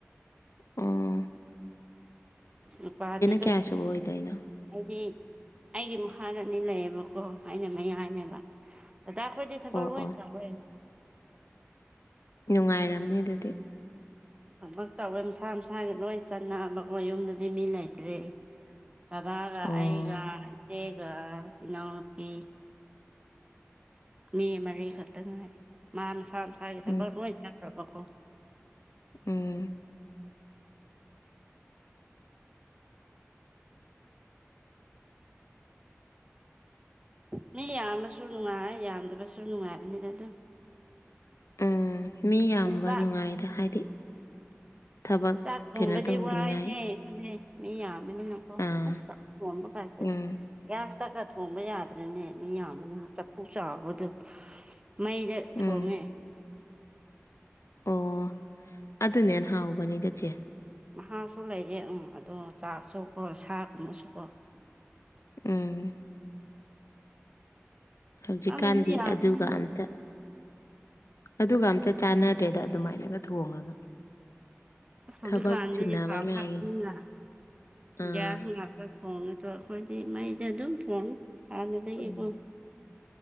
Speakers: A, on the left; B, on the right.
A: ꯎꯝ
B: ꯅꯨꯄꯥꯗꯤ <unintelligible>
A: ꯀꯌꯥ ꯁꯨꯕ ꯑꯣꯏꯗꯣꯏꯅꯣ
B: ꯑꯩꯗꯤ ꯑꯩꯒꯤ ꯃꯈꯥꯗ ꯑꯅꯤ ꯂꯩꯌꯦꯕꯀꯣ ꯑꯩꯅ ꯃꯌꯥꯏꯅꯦꯕ ꯗꯗꯥ ꯈꯣꯏꯗꯤ ꯊꯕꯛ
A: ꯑꯣ
B: ꯂꯣꯏꯏ
A: ꯑꯣ
B: ꯇꯧꯔꯦ
A: ꯅꯨꯡꯉꯥꯏꯔꯝꯅꯤ ꯑꯗꯨꯗꯤ
B: ꯊꯕꯛ ꯇꯧꯋꯦ ꯃꯁꯥ ꯃꯁꯥꯒꯤ ꯂꯣꯏ ꯆꯠꯅꯕꯀꯣ ꯌꯨꯝꯗꯗꯤ ꯃꯤ ꯂꯩꯇ꯭ꯔꯦ ꯕꯕꯥꯒ
A: ꯑꯣ
B: ꯑꯩꯒ ꯏꯆꯦꯒ ꯏꯅꯥꯎꯅꯨꯄꯤ ꯃꯤ ꯃꯔꯤ ꯈꯛꯇ ꯉꯥꯏꯔꯦ ꯃꯥ ꯃꯁꯥ ꯃꯁꯥꯒꯤ ꯊꯕꯛ
A: ꯎꯝ
B: ꯂꯣꯏ ꯆꯠꯈ꯭ꯔꯕꯀꯣ
A: ꯎꯝ
B: ꯃꯤ ꯌꯥꯝꯃꯁꯨ ꯅꯨꯡꯉꯥꯏ ꯌꯥꯝꯗꯕꯁꯨ ꯅꯨꯡꯉꯥꯏꯕꯅꯤꯅꯗ ꯑꯗꯨꯝ
A: ꯎꯝ ꯃꯤ ꯌꯥꯝꯕ
B: ꯏꯁ ꯆꯥꯛ
A: ꯅꯨꯡꯉꯥꯏꯗꯥ ꯍꯥꯏꯗꯤ ꯊꯕꯛ
B: ꯆꯥꯛ ꯊꯣꯡꯕꯗꯤ
A: ꯀꯩꯅꯣ ꯇꯧꯅꯤꯡꯉꯥꯏ
B: ꯋꯥꯏꯍꯦ ꯑꯈꯣꯏꯗꯤ ꯃꯤ ꯌꯥꯝꯕꯅꯤꯅꯀꯣ
A: ꯑꯥ
B: ꯑꯁ ꯆꯥꯛ ꯊꯣꯡꯕ ꯀꯥꯏꯁꯦ
A: ꯎꯝ
B: ꯒ꯭ꯌꯥꯁ- ꯇꯒ ꯊꯣꯡꯕ ꯌꯥꯗ꯭ꯔꯅꯦ ꯃꯤ ꯌꯥꯝꯕꯅ ꯆꯐꯨ ꯆꯥꯎꯕꯗꯨ ꯃꯩꯗ
A: ꯎꯝ
B: ꯊꯣꯡꯉꯦ
A: ꯑꯣ ꯑꯗꯨꯅ ꯍꯦꯟꯅ ꯍꯥꯎꯕꯅꯤꯗ ꯆꯦ
B: ꯃꯍꯥꯎꯁꯨ ꯂꯩꯔꯦ ꯎꯝ ꯑꯗꯣ ꯆꯥꯛꯁꯨ ꯀꯣ ꯁꯥꯒꯨꯝꯕꯁꯨ ꯀꯣ
A: ꯎꯝ ꯍꯧꯖꯤꯛꯀꯥꯟꯗꯤ
B: ꯈꯪꯗꯦ ꯃꯤ ꯌꯥꯝꯕꯅꯤꯅ
A: ꯑꯗꯨꯒ ꯑꯝꯇ ꯑꯗꯨꯒ ꯑꯝꯇ ꯆꯥꯟꯅꯗ꯭ꯔꯦꯗ ꯑꯗꯨꯃꯥꯏꯅꯒ ꯊꯣꯡꯉꯒ
B: ꯑꯁ ꯍꯧꯖꯤꯛꯀꯥꯟꯗꯤ
A: ꯊꯕꯛ ꯆꯤꯟꯅꯕ
B: ꯀꯥꯞ
A: ꯃꯌꯥꯝꯒꯤꯅ
B: ꯈꯠꯄꯅꯤꯅ
A: ꯑꯥ
B: ꯒ꯭ꯌꯥꯁ ꯉꯥ ꯊꯣꯡꯉꯦꯗꯣ ꯑꯩꯈꯣꯏꯗꯤ ꯃꯩꯗ ꯑꯗꯨꯝ ꯊꯣꯡꯉꯤ ꯑꯗꯨꯗꯒꯤꯀꯣ
A: ꯎꯝ